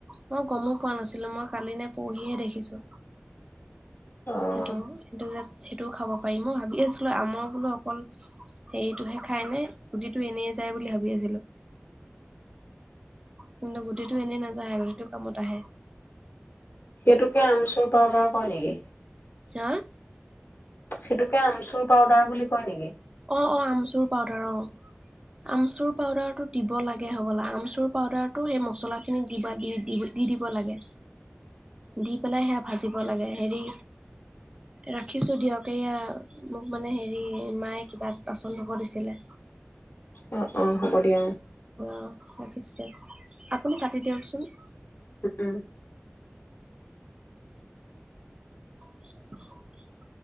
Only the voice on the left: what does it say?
অ',
এইটোকে আমচুৰ পাউদাৰ কৰা নেকি
সেইটোকে আমচুৰ পাউদাৰ বুলি কয় নেকি
অঁ অঁ হ'ব দিয়া অঁ
উম উম